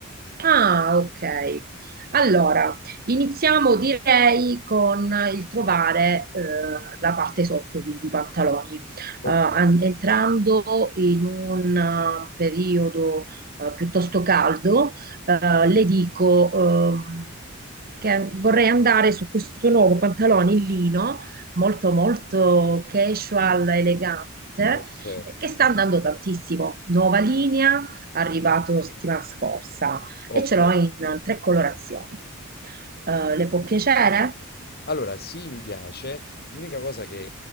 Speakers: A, on the right; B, on the left.
A: Ah, ok. Allora, iniziamo direi con il trovare eh, la parte sotto, quindi i pantaloni. Eh,
B: Ok,
A: an- entrando in un eh, periodo eh, piuttosto caldo, eh, le dico ehm, che vorrei andare su questo nuovo pantalone in lino, molto molto casual, elegante,
B: ok,
A: eh, che sta andando tantissimo. Nuova linea, arrivato settimana scorsa
B: ok.
A: e ce l'ho in tre colorazioni. Eh, le può piacere?
B: Allora, sì, mi piace. L'unica cosa che